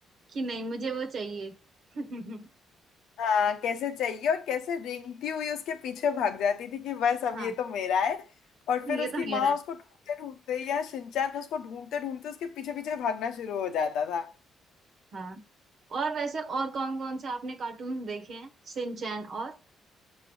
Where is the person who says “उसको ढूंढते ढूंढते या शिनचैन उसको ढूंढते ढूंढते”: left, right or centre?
Left